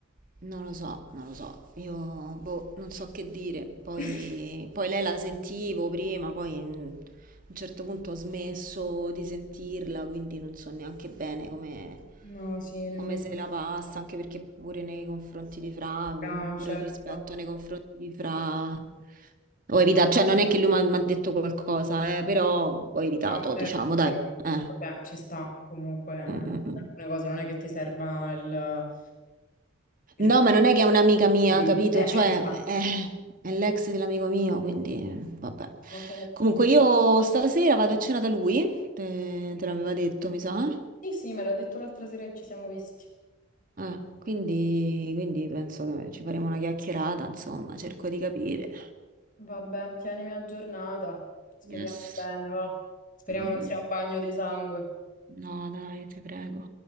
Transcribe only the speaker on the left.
<laughs>
No, sì, nemmeno.
Ah,
certo.
No, certo,
però
vabbè, ci sta comunque. eh,
per alcune cose non è che ti serva il, il
costume
di-
Eh,
esatto.
Ma certo.
Sì, sì, me l'ha detto l'altra sera che ci siamo visti.
Vabbè, tienimi aggiornata. Speriamo
bene, va. Speriamo
non sia un bagno di sangue.